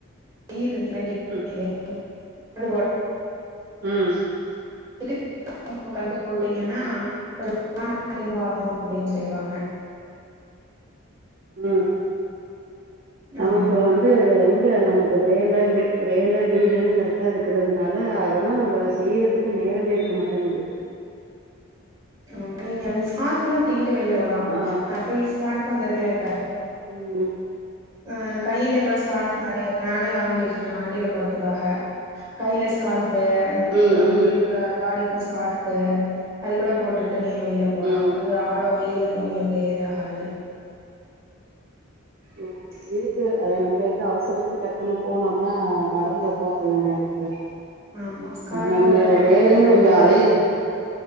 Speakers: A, on the right; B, on the right.
A: தயிரு <unintelligible>
B: ம்
A: அ போ
B: ம்
A: <unintelligible> உகாந்து போட்டீங்கன்னா
B: ம்
A: கொஞ்சம் <unintelligible> ஆகும் அப்படின்னு சொல்லுவாங்க
B: ம் நமக்கு
A: ஆமா
B: வந்து எங் நமக்கு வேலை வேலை வீடுன்னு கரெக்டா இருக்கிறதுனால அதெல்லாம் நம்ம செய்யறதுக்கு நேரமே இருக்க மாட்டேங்குது
A: ஆ நீங்க <unintelligible> வெள போலாம்
B: ஆ
A: <unintelligible> ப்ளே பேக்
B: உம்
A: ஆஹ் கையில கூட ஸ்காரஃப் நறைய இருக்கு நானே வாங்கி வச்சிருக்கேன் வண்டில போறதுக்காக கையில ஸ்கார்ஃப் ப்ப புல்
B: ம்
A: புல்
B: ம்
A: ஃபுல் பாடிக்கும் ஸ்கார்ஃப் அது கூட போட்டுரு நீ வெளிய போலாம்
B: ம்
A: அது அவ்ளவ கையில இருந்து உங்களுக்கு ஏதகாது
B: ம் இருக்கு அத நம்ம எங்க அவசரத்துக்கு டக்குன்னு போனோம்னா மறந்துடுறோம் சில நேரம்
A: ஆமா ஸ்கார்ஃபு,
B: நம்ம வேலையும்
A: ஹெல்மெட்டு
B: கொஞ்சம் அலையற